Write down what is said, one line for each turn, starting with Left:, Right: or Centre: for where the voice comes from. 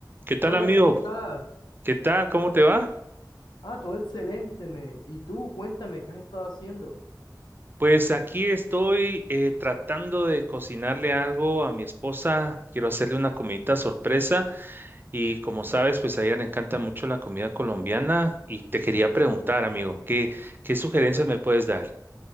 Right: ¿Qué tal,
Left: Hola,
Right: amigo?
Left: ¿cómo estás?
Right: ¿Qué tal? ¿Cómo te va?
Left: Ah, todo excelente, me. Y tú, cuéntame, ¿qué has estado haciendo?
Right: Pues aquí estoy eh, tratando de cocinarle algo a mi esposa. Quiero hacerle una comidita sorpresa y como sabes, pues a ella le encanta mucho la comida colombiana y te quería preguntar, amigo, ¿qué, qué sugerencias me puedes dar?